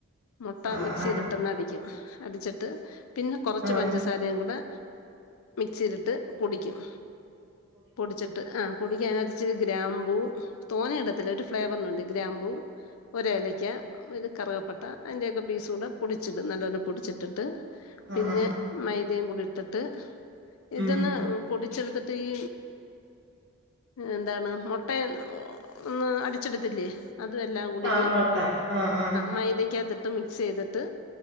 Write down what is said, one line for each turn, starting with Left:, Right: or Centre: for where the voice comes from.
Left: മുട്ട
Right: ആഹ്
Left: മിക്സ്
Right: ആഹ്
Left: ചെയ്തിട്ട് ഒന്ന് അടിക്കും, അടിച്ചിട്ട് പിന്നെ കുറച്ച്
Right: ആഹ്
Left: പഞ്ചസാ സാരയും കൂടെ. മിക്സ് ചെയ്തിട്ട് പൊടിക്കും പൊടിച്ചിട്ട് ആഹ് പൊടിക്കാന്. ഇച്ചിരി ഗ്രാമ്പൂ തോനെ ഇടത്തില്ല ഒരു ഫ്ലേവറിനു വേണ്ടി ഗ്രാമ്പൂ ഒരു ഏലക്ക. ഇത് കറുവപ്പട്ട അതിന്റെ ഒക്കെ പീസ് കൂടെ പൊടിച്ചിടും നല്ലപോലെ പൊടിച്ചിട്ടിട്ട് പിന്നെ.
Right: ആഹ് ആഹ്
Left: മൈദയും കൂടി ഇട്ടിട്ട് ഇതിയെന്ന്
Right: ഉം
Left: പൊടിച്ചെടുത്തിട്ട് ഈ. എന്താണ് മുട്ട ഒന്ന് അടിച്ചെടുത്തില്ലേ, അതും എല്ലാം കുടിഞ്ഞ്.
Right: ആഹ് മുട്ട ആഹ് ആഹ്
Left: മൈദ അകത്തിട്ട് മിക്സ് ചെയ്തിട്ട്